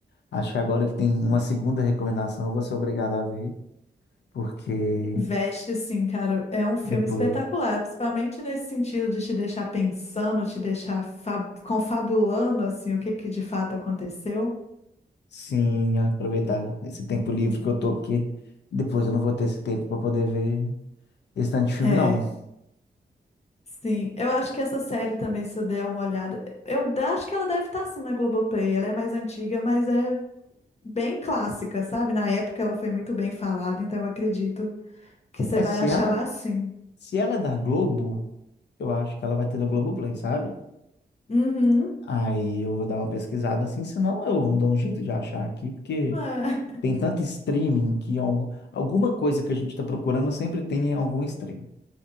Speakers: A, on the left; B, on the left.
A: acho que agora que tem uma segunda recomendação, eu vou ser obrigado a ver, porque
B: investe, assim, cara, é um filme
A: depois
B: espetacular, principalmente nesse sentido de te deixar pensando, te deixar fa- confabulando, assim, o que que de fato aconteceu.
A: Sim, aproveitar esse tempo livre que eu tô, porque depois eu não vou ter esse tempo para poder ver esse tanto de filme,
B: É,
A: não.
B: Sim, eu acho que essa série também, se eu der uma olhada, eu da- acho que ela deve estar assim na Globoplay. Ela é mais antiga, mas é bem clássica, sabe? Na época ela foi muito bem falada, então eu acredito que você
A: É,
B: vai
A: se
B: achar
A: ela,
B: lá sim.
A: se ela é da Globo, eu acho que ela vai ter no Globoplay, sabe?
B: Uhum.
A: Aí eu vou dar uma pesquisada assim, senão eu dou um jeito de achar aqui, porque
B: É, <laughs>
A: tem tanto streaming que algu- alguma coisa que a gente tá procurando sempre tem em algum streaming.